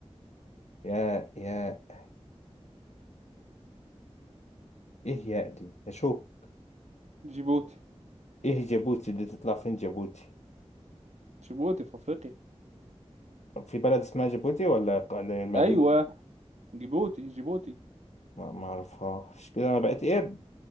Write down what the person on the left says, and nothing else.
ياء ياء ايه ياء دي يا شو
ايه جيبوتي دي تطلع فين جيبوتي
في بلد اسمها جيبوتي ولا ق- مدينة
ما ما اعرفهاش كده انا بقيت قرد